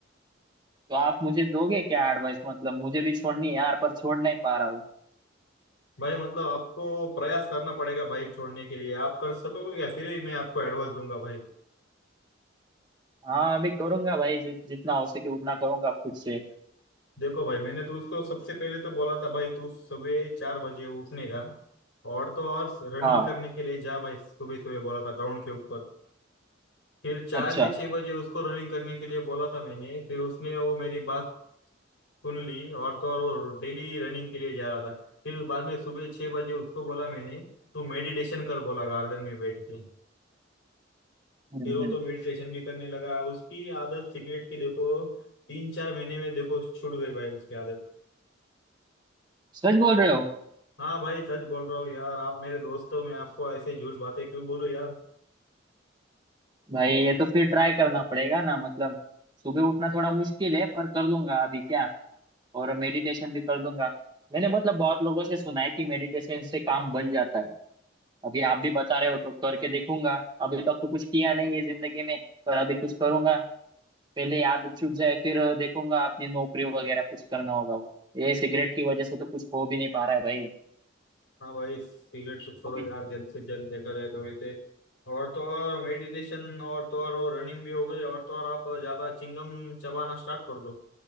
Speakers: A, on the right; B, on the left.
A: तो आप मुझे दोगे क्या एडवाइस मतलब मुझे भी छोड़नी है यार पर छोड़ नहीं पा रहा हूँ
B: भाई मतलब आपको प्रयास करना पड़ेगा भाई छोड़ने के लिए आप कर सकोगे क्या फिर ही मैं आपको एडवाइस दूंगा भाई
A: हाँ अभी करूंगा भाई जि, जितना हो सके उतना करूंगा खुद से
B: देखो भाई मैंने तो उसको सबसे पहले तो बोला था भाई तू सुबह चार बजे उठने का और तो और रनिंग
A: हाँ
B: करने के लिए जा भाई सुबह सुबह बोला था ग्राउंड के ऊपर फिर चार
A: अच्छा
B: से छह बजे उसको रनिंग करने के लिए बोला था मैंने फिर उसने वो मेरी बात सुन ली और तो और वो डेली रनिंग के लिए जा रहा था फिर बाद में सुबह छह बजे उसको बोला मैंने तू मेडिटेशन कर बोला गार्डन में बैठ के
A: हम्म
B: फिर वो
A: हम्म
B: तो मेडिटेशन भी करने लगा उसकी आदत सिगरेट की देखो तीन चार महीने में देखो छूट गई भाई उसकी आदत
A: सच बोल रहे हो
B: हाँ भाई सच बोल रहा हूँ यार आप मेरे दोस्त हो मैं आपको ऐसे झूठ बातें क्यों बोलूँ यार
A: भाई ये तो फिर ट्राई करना पड़ेगा ना मतलब सुबह उठना थोड़ा मुश्किल है पर कर लूंगा अभी क्या और मेडिटेशन भी कर लूंगा मैंने मतलब बहुत लोगों से सुना है कि मेडिटेशन से काम बन जाता है अभी आप भी बता रहे हो तो करके देखूंगा अभी तक तो कुछ किया नहीं है जिंदगी में पर अभी कुछ करूंगा पहले याद छूट जाए फिर देखूंगा अपनी नौकरी वगैरह कुछ करना होगा वो ये सिगरेट की वजह से तो कुछ हो भी नहीं पा रहा है भाई
B: हाँ भाई सिगरेट तो छोड़ो
A: अभी
B: यार जल्द से जल्द देखा जाए तो वैसे और तो और मेडिटेशन और तो और रनिंग भी हो गई और तो और आप ज्यादा चिंगम चबाना स्टार्ट कर दो